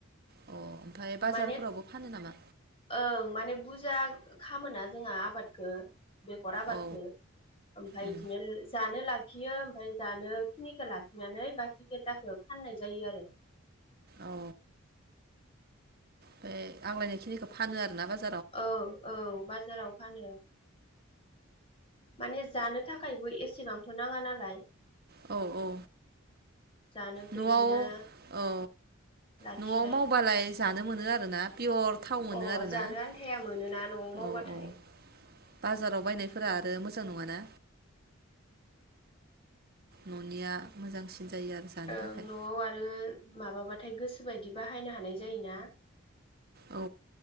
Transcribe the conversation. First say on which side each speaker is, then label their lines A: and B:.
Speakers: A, on the right; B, on the left.
A: अ ओमफ्राय बाजारफोरावबो
B: माने
A: फानो नामा
B: ओं माने बुज जा खामोना जोंहा आबादखो। बेगर आबादखो
A: औ
B: ओमफाय
A: उम
B: इदिनो जानो ला लाखियो ओमफाय जानो खिनिखौ लाखिनानै बाखि खिथाखो फाननाय जायो आरो।
A: औ। बे आग्लायनाय खिनिखौ फानो आरोना बाज
B: औ औ बाजाराव फानो। माने जानो थाखायबो एसेबांथ' नाङा नालाय।
A: औ औ
B: जानो
A: न'आव
B: इदिनो
A: औ
B: लाखिबाय
A: न'आव मावबालाय जानो मोनो आरोना पियर थाव मोनो
B: अ
A: आरोना
B: जानो
A: <inaudible>
B: आन्थाया मोनोना न'आव मावबाथाय
A: औ औ। बाजाराव बायनायफोरा आरो मोजां नङाना। न'निया मोजांसिन। जायो आरो जानो
B: ओं
A: थाखाय
B: न'आव आरो माबाबाथा थाय गोसो बायदि बाहायनो हानाय जायोना।
A: औ